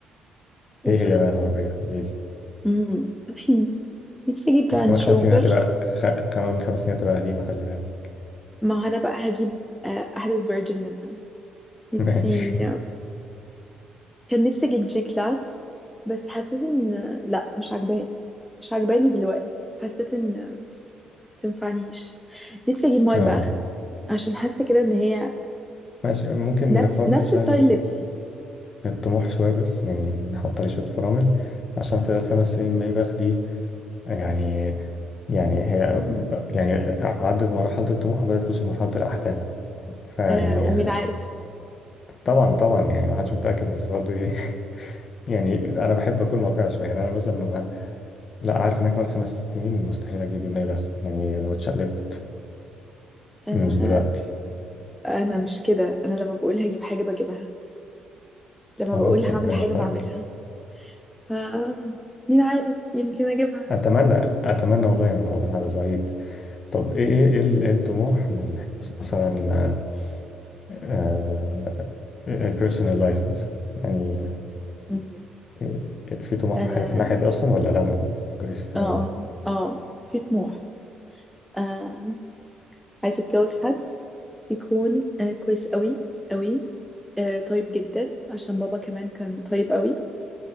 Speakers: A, in the centre; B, on the left.
A: و...
B: ايه هي بقى العربيه قولي لي
A: مم. <laughs> <clears throat> نفسي اجيب
B: بس
A: رانج
B: كمان خمس
A: روفر
B: سنين هتبقى خ... كمان خمس سنين هتبقى قديمه خلي بالك
A: ما هو انا بقى هجيب آه، احدث فيرجن منها نفسي
B: <laughs> ماشي
A: كان نفسي اجيب جي كلاس بس حسيت ان لا مش عجباني مش عجباني دلوقتي حسيت ان تنفعنيش نفسي اجيب ماي
B: اه
A: باخ عشان حاسه كده ان هي
B: ماشي ممكن
A: نفس
B: نفرمل
A: نفس
B: شويه
A: ستايل لبسي
B: الطموح شوية بس يعني نحط عليه شوية فرامل عشان خلال خمس سنين ما يبقى دي يعني يعني هي يعني عدت مرحلة الطموح وبدأت تخش في مرحلة الأحلام فيعني
A: آه ومين عارف
B: <laughs> طبعا طبعا يعني ما حدش متأكد بس برضه إيه <laughs> يعني أنا بحب أكون واقعي شوية يعني أنا مثلا ما لا عارف إن أنا كمان خمس سنين مستحيل أجيب المايباخ يعني لو اتشقلبت مش
A: آه
B: دلوقتي
A: انا مش كده انا لما بقول هجيب حاجه بجيبها لما
B: خلاص
A: بقول هعمل
B: ربنا
A: حاجه
B: يوفقك
A: بعملها ف مين عارف يمكن اجيبها
B: أتمنى أتمنى والله يعني لو ببقى سعيد طب إيه إيه إيه ال- إيه الطموح من حيث مثلا آه، البيرسونال لايف مثلا يعني
A: مم.
B: آه، في طموح
A: اه
B: في حي- في الناحية دي أصلا ولا لا ما بتفكريش فيها
A: اه
B: أوي
A: اه في طموح آه عايزه اتجوز حد يكون آه كويس قوي قوي آه طيب جدا عشان بابا كمان كان طيب قوي